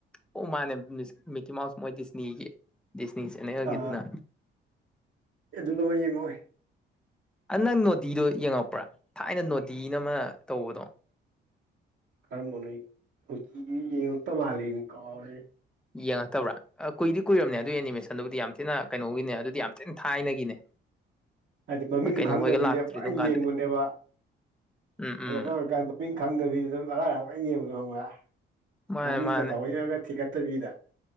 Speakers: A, in the centre; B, on the right.
A: ꯑꯣ ꯃꯥꯅꯦ ꯃꯤꯁ ꯃꯤꯀꯤ ꯃꯥꯎꯁ ꯃꯣꯏ ꯗꯤꯁꯅꯤꯒꯤ ꯗꯤꯁꯅꯤ ꯆꯦꯅꯦꯜꯒꯤ
B: ꯑꯥ
A: ꯑꯗꯨꯅ
B: ꯑꯗꯨꯒ ꯑꯃ ꯌꯦꯡꯉꯑꯣꯏ
A: ꯑꯥ ꯅꯪ ꯅꯣꯇꯤꯗꯨ ꯌꯦꯡꯉꯛꯄ꯭ꯔꯥ ꯊꯥꯏꯅ ꯅꯣꯗꯤꯅ ꯑꯃ ꯇꯧꯕꯗꯣ
B: ꯀꯔꯝꯕꯅꯣ <unintelligible> ꯌꯦꯉꯛꯇ ꯃꯥꯜꯂꯤꯅꯤ ꯀꯥꯎꯔꯦ
A: ꯌꯦꯡꯉꯛꯇꯕ꯭ꯔꯥ ꯑꯥ ꯀꯨꯏꯗꯤ ꯀꯨꯏꯔꯝꯅꯤ ꯑꯗꯨꯢ ꯑꯦꯅꯤꯃꯦꯁꯟꯗꯨꯕꯨꯗꯤ ꯌꯥꯝ ꯊꯤꯅ ꯀꯩꯅꯣꯒꯤꯅꯦ ꯑꯗꯨꯗꯤ ꯌꯥꯝ ꯊꯤꯅ ꯊꯥꯏꯅꯒꯤꯅꯦ
B: <inaudible> ꯍꯥꯏꯗꯤ ꯃꯃꯤꯡ
A: ꯍꯣꯏ ꯀꯩꯅꯣ
B: ꯈꯪꯗꯕꯤꯗ
A: ꯍꯣꯏꯒ ꯂꯥꯛꯇ꯭ꯔꯤ
B: ꯄꯨꯔ
A: ꯑꯗꯨꯝ ꯀꯥꯟꯗꯗꯤ
B: ꯌꯦꯡꯕꯅꯦꯕ
A: ꯎꯝ
B: ꯍꯥꯏꯗꯤ
A: ꯎꯝ
B: ꯑꯉꯥꯡ ꯑꯣꯏꯔꯤꯀꯥꯟꯗ ꯃꯃꯤꯡ ꯈꯪꯗꯕꯤꯗ ꯑꯗꯨꯝ ꯑꯔꯥꯛ ꯑꯔꯥꯛ ꯄꯨꯡꯌꯦꯡ ꯌꯦꯡꯕꯗꯣ ꯈꯪꯕ꯭ꯔꯥ
A: ꯃꯥꯅꯦ
B: ꯃꯃꯤꯡꯒ
A: ꯃꯥꯅꯦ
B: ꯊꯑꯣꯏꯅꯒ ꯊꯤꯒꯠ ꯇꯕꯤꯗ